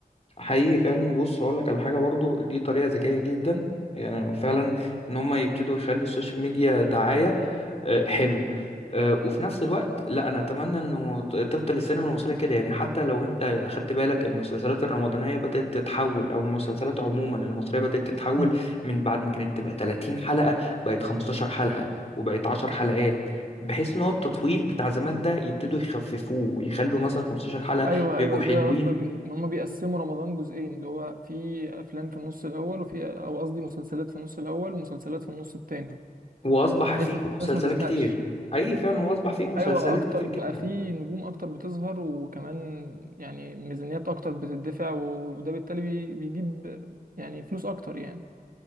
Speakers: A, on the left; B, on the right.
A: حقيقي فعلا بص هقول لك على حاجة برضو دي طريقة ذكية جدا يعني فعلا ان هم يبتدوا يخلوا السوشيال ميديا دعاية آه، حلو آه، وفي نفس الوقت لا انا اتمنى انه ت- تفضل السينما المصريه كده يعني حتى لو انت اخدت بالك المسلسلات الرمضانيه بدات تتحول او المسلسلات عموما المصريه بدات تتحول
B: مم.
A: من بعد ما كانت تبقى 30 حلقه بقت 15 حلقه وبقت 10 حلقات بحيث ان هو التطويل بتاع زمان ده يبتدوا يخففوه ويخلوا مثلا 15 حلقه
B: ايوه
A: بيبقوا
B: ايوه زي
A: حلوين
B: قصدك ان إن هم بيقسموا رمضان جزئين اللي هو في افلام في النص الاول وفي او قصدي مسلسلات في النص الاول ومسلسلات في النص التاني
A: واصبح
B: بحيث
A: فيه
B: ان الناس
A: مسلسلات
B: ما تزهقش
A: كتير حقيقي فعلا واصبح فيه مسلسلات
B: ايوه اكتر
A: كتير جدا
B: بقى في نجوم اكتر بتظهر وكمان يعني ميزانيات اكتر بتدفع وده بالتالي بي- بيجيب يعني فلوس اكتر يعني